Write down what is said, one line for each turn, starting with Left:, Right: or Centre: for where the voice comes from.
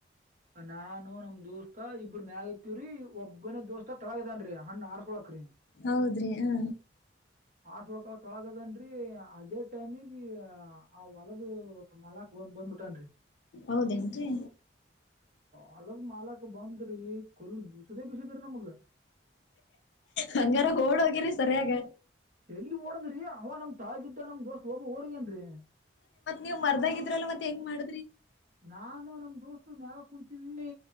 Right: ನಾನು ನಮ. ದೋಸ್ತ ಇಬ್ಬ್ರ ಮ್ಯಾಗ ಐತಿವ್ರೀ ಒಬ್ಬನೇ ದೋಸ್ತ ತಳಗದನ್ರರಿ ಹಣ್ಣ ಅರಸ್ಕೋಲಕ್ರಿ.
Left: ಹೌದ್ರಿ ಹಾ.
Right: ಆರ್ಳ್ಕ ತೊಳಗದನ್ರಿ ಅದೇ ಟೈಮಿಗೆ. ಆ ಹೊಲದು ಮಾಲಾಕ್ ಒಬ್ಬ ಬಂದ್ಬಿಟನ್ರಿ.
Left: ಹೌದೇನ್ರಿ.
Right: ಹೊಲದ ಮಾಲಕ್ ಬಂದ್ರೀ ಕಲ್ಲ ಬೀಸದೇ ಬಿಸಿದಿ ನಮಗ.
Left: ಹಂಗಾರ ಓಡ ಹೋಗಿರಿ ಸರಿಯಾಗ.
Right: ಎಲ್ಲಿ ಓಡ ಹೋಗದ್ರಿ ಅವ ನಮ್ ತೆಲಗಿದ್ದ ಗ ನಮ್ ದೋಸ್ತ್ ಒಬ್ಬ ಓಡ ಹೋಗ್ಯಾನ್ರಿ.
Left: ನೀವು ಮರ್ದಾಗ ಇದ್ರಲ್ಲ ಮತ್ತ ಹೆಂಗ ಮಾಡ.
Right: ನಾನು ನಮ ದೋಸ್. ಮ್ಯಾವ ಕುಂತೀವಿ